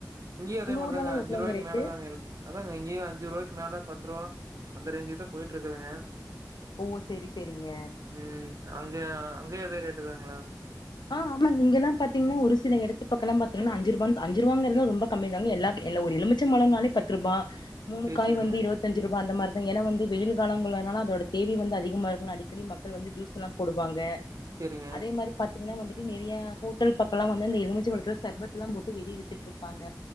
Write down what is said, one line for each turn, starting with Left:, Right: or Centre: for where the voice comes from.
Right: இங்கயு அதே மாரி
Left: ஊர்லலா
Right: தாங்க அஞ்சு
Left: எவ்ளோங்க
Right: ரூபாய்க்கு
Left: ரேட்டு
Right: மேல தாங்க அதாங்க இங்கேயு அஞ்சு ரூபாய்க்கு மேல பத்து ரூபா அந்த ரேஞ்சுக்குதா போயிட்டு இருக்குதுங்க
Left: ஓ செரி செரிங்க
Right: ம். அங்க அங்க அதே ரேட்டு தாங்களா
Left: ஆ ஆமாங்க இங்கெல்லா பாத்தீங்கன்னா ஒரு சில இத்து பக்கல்லா பாத்தீங்கன்னா அஞ்சு ரூபான் அஞ்சு ரூபாங்கிறது எல்லா ரொம்ப கம்மி தாங்க எல்லா ஒரு எலுமிச்ச பழனாலே பத்து ரூபா மூணு
Right: சரி,
Left: காய்
Right: சரிங்க.
Left: வந்து இருபத்தி அஞ்சு ரூபா அந்த மாரிதா ஏன்னா வெயில் காலங்களால அதோட தேவை வந்து அதிகமா இருக்கு அடிக்கடி மக்க கள் வந்து ஜூஸ் எல்லா போடுவாங்க
Right: சரிங்க.
Left: அதே மாரி இல்லன்னா வந்துட்டு நிறையா ஹோட்டல் பக்கல்லா வந்து அந்த எலுமிச்ச பழத்துல சர்பத்து எல்லா போட்டு வெளியே வித்துட்டு இருப்பாங்க